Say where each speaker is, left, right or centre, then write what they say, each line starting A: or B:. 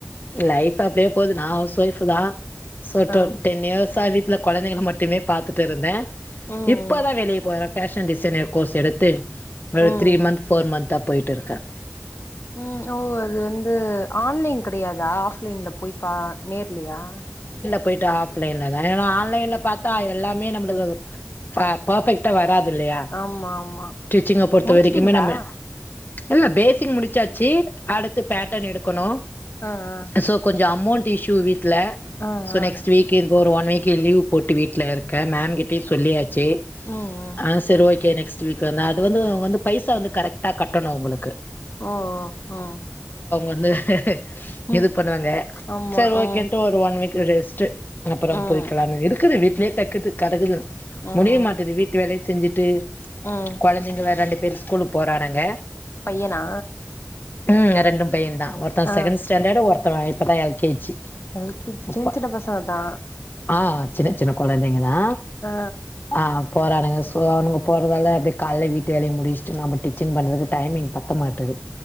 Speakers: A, on the left; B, on the left.
A: லைஃப் அப்டியே போது நா ஹவுஸ் ஒய்ஃப் தா சோ
B: ஆ
A: டொன் டென் இயர்ஸ்சா வீட் ல கொழந்தைகள மட்டுமே பாத்துட்டு இருந்தே
B: ம்
A: இப்பதா வேலய போறே பேஷன் டிசைனர் கோர்ஸ் எடுத்து ஒரு
B: ம்
A: த்ரீ மந்த் ஃபோர் மந்த்தா போயிட்டு இருக்கே
B: ம் ஓ இது வந்து ஆன்லைன் கெடையாதா ஆஃப்லைன்ல போய்ப்பா நேர் ல்லையா
A: போய்ட்டு ஆஃப்லைன்ல தா ஆன்லைன்ல பாத்தா எல்லாமே நம்ளுக்கு ப பாஃபக்ட்டா வராது இல்லையா
B: ஆமா ஆமா
A: டிச்சிங்க பொறுத்த
B: முடிச்சுட்டீங்களா
A: வரைக்கும்மே நம்ம இல்ல பேசிங் முடிச்சாச்சு அடுத்து பேட்டன் எடுக்கணு
B: ஆ ஆ
A: சோ கொஞ்சோ அமௌண்ட் டு இஷ்யூ வீட்ல
B: ஆ
A: சோ
B: ஆ
A: நெக்ஸ்ட் வீக் இருக்கு ஒரு ஒன் வீக் கே லீவ் போட்டு வீட்ல இருக்கே மேம் கிட்டயு சொல்லியாச்சு
B: ம் ம்
A: அ செரி ஓகே நெக்ஸ் டு வீக் வந்து அது வந்து அவங்க வந்து பைசா வந்து கரெக்டா கட்டணு அங்களுக்கு
B: ஓ ஓ ம்
A: வந்து
B: ம்
A: இது பண்ணுவாங்க
B: ஆமா
A: செரி ஓகேன்ட்டு
B: ம்
A: ஒரு ஒன் வீக் ரெஸ்ட் அப்றோ
B: ம்
A: போய்கலாம்ன்னு இருக்குது வீட்டிலயே தக்கதுக்கு கெடக்குது
B: ம்
A: முடிய
B: ம்
A: மாட்டுது வீட்டு வேலையு செஞ்சுட்டு
B: ம்
A: கொழந்தைங்க வேற அனுப் பேர் ஸ்கூலு போறானுங்க
B: பையனா
A: ம் ரெண்டு பைய தா ஒருத்தன்
B: ஆ
A: செகண்ட் ஸ்டேண்டடு ஒருத்தவன் இப்பதா L K G
B: L K G
A: இப்ப
B: சின்னச்சின்ன பசங்க தா
A: ஆ சின்ன சின்ன குழந்தைங்க தா
B: ஆ
A: ஆ போறானுங்க ஸ் இப்ப நம்ம போற வேல அப்டியே காலையிலே வீட்டு வேலையு முடிச்சுட்டு நாம்ம டிச்சிங் பண்றதுக்கு டைமிங் பத்த மாட்டுது